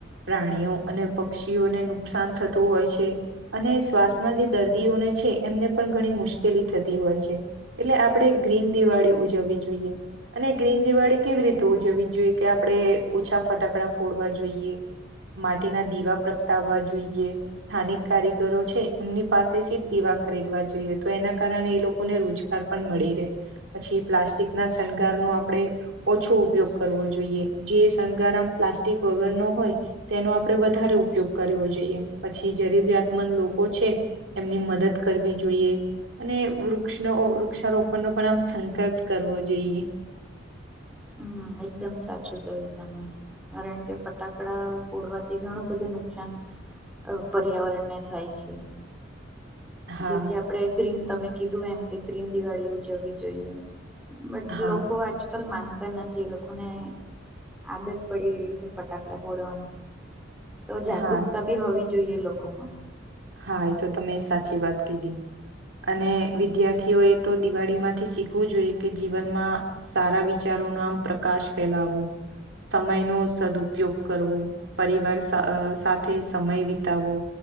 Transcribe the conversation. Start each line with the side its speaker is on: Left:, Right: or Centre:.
Right: પ્રાણીઓ અને પક્ષીઓને નુકસાન થતું હોય છે. અને શ્વાસના જે દર્દીઓને છે એમને પણ ઘણી મુશ્કેલી થતી હોય છે. એટલે આપણેે ગ્રીન દિવાળી ઉજવવી જોઈએ અને ગ્રીન દિવાળી કેવી તો જવી જ જોઈએ કે આપણે ઓછા ફટાકડા ફોડવા જોઈએ. માટીના દીવા પ્રગટાવવા જોઈએ. સ્થાનિક કારીગરો છે એમની પાસેથી જ દીવા ખરીદવા જોઈએ તો એના કારણે એ લોકોને રોજ પણ મળી રહે પ્લાસ્ટિક ના શણગાર નું આપણે ઓછું ઉપયોગ કરવો જોઈએ જે શણગારામ પ્લાસ્ટિક વગર નો હોય તેનો આપણેે વધારે ઉપયોગ કરવો જોઈએ, પછી જરૂરિયાતમંદ લોકો છે એમની મદદ કરવી જોઈએ. અને વૃક્ષનો વૃક્ષારોપણનો પણ આમ સંકલ્પ કરવો જોઈએ.
Centre: હમ્મ, એકદમ સાચું કહ્યું તમે. કારણ કે ફટાકડા ફોડવાથી ઘણું બધું નુકસાન એવું પર્યાવરણ ને થાય છે.
Right: હા
Centre: જેથી આપણે એક ગ્રીન તમે કીધું એમ કે ગ્રીન દિવાળી ઉજવવી જોઈએ. બટ
Right: હા
Centre: લોકો આજકલ માન નથી એ લોકોને આદત પડી ગેલી છે ફટાકડા ફોડવામાં. તો જાગૃકતા
Right: હા
Centre: બી હોવી જોઈએ લોકોમાં.
Right: હા, એ તો તમે સાચી વાત કીધી. અને વિદ્યાર્થીઓ એ તો દિવાળી માંથી શીખવું જોઈએ કે જીવનમાં સારા વિચારો ન આમ પ્રકાશ ફેલાવો. સમય નો સદઉપયોગ કરવો, પરિવાર અ સાથે સમય વિતાવવો.